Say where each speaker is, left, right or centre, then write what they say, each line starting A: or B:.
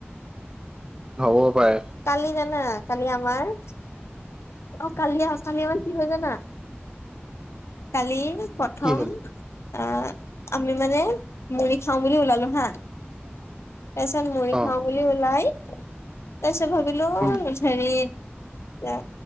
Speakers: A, on the right; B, on the left.
A: হব পায়।
B: কালি জানা, কালি আমাৰ অ, কালি আহ, কালি আমাৰ কি হয় জানা? কালি প্ৰথম
A: কি হ'ল
B: অ, আমি মানে মুৰি খাওঁ বুলি ওলালো হা। তাৰপিছত মুৰি খাও
A: অ
B: বুলি ওলাই, তাৰপিছত ভাবিলো?
A: উম
B: হেৰি